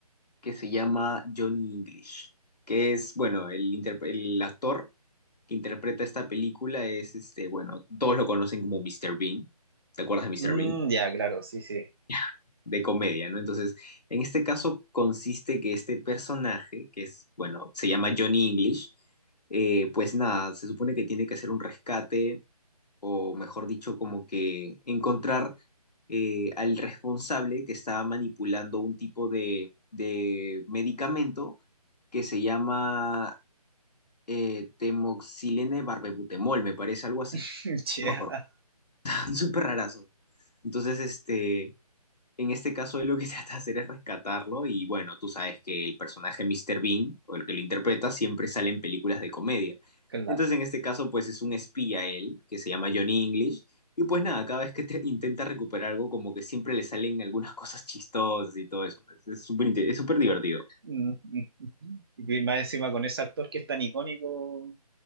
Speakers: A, on the left (about 85°); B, on the right (about 40°).
A: que se llama Johnny English, que es, bueno, el, interpre- el actor que interpreta esta película es, este, bueno, todos lo conocen como Mr. Bean. ¿Te acuerdas de Mr.
B: Mm,
A: Bean?
B: ya, claro, sí, sí.
A: <laughs> de comedia, ¿no? Entonces, en este caso consiste que este personaje, que es, bueno, se llama Johnny English, eh, pues nada, se supone que tiene que hacer un rescate, o mejor dicho, como que encontrar eh, al responsable que estaba manipulando un tipo de, de medicamento que se llama eh, temoxilene barbebutemol, me parece algo así
B: <laughs> Ya,
A: no me acuerdo, <laughs> súper rarazo. Entonces, este, en este caso él lo que <laughs> trata de hacer es rescatarlo y bueno, tú sabes que el personaje Mr. Bean, o el que lo interpreta, siempre sale en películas de comedia.
B: claro.
A: Entonces, en este caso, pues es un espía él, que se llama Johnny English, y pues nada, cada vez que te- intenta recuperar algo, como que siempre le salen algunas cosas chistosas y todo eso. Es es súper inte- es súper divertido.
B: Mm, mm. mm. Y más encima con ese actor que es tan icónico